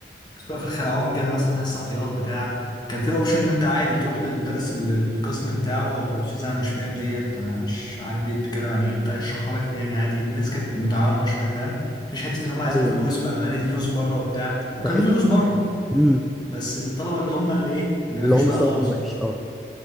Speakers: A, on the left; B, in the centre.
A: بس بقى في الخلعون كده مثلا في حصه احتياط بتاع كان في اوبشن ان انت عادي تروح للمدرس ال- القسم بتاعه استاذ انا مش فاهم ديت انا مش عارف دي بتتكلم عن ايه بتاع يشرحها لك تاني عادي جدا الناس كانت متعاونه شويه فاهم مفيش حته ان هم عايزين
B: ايوه
A: فلوس
B: ايوه
A: فهندي دروس بره وبتاع وكان
B: في حته
A: في دروس بره
B: امم
A: بس الطلبه اللي هم اللي ايه اللي ما
B: اللي
A: فيش
B: هو مستوى
A: بقى خالص
B: وحش اه